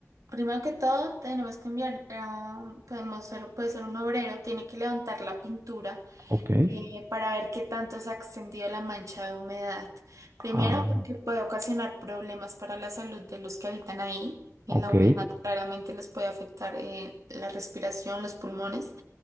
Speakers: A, on the right; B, on the right.
A: primero que todo tenemos que enviar, ah, podemos ser, puede ser un obrero, tiene que levantar la pintura
B: Ok,
A: eh, para ver qué tanto se ha extendido la mancha de humedad. Primero,
B: ah,
A: porque puede ocasionar problemas para la salud de los que habitan ahí. Y
B: ok,
A: la humedad claramente les puede afectar eh, la respiración, los pulmones.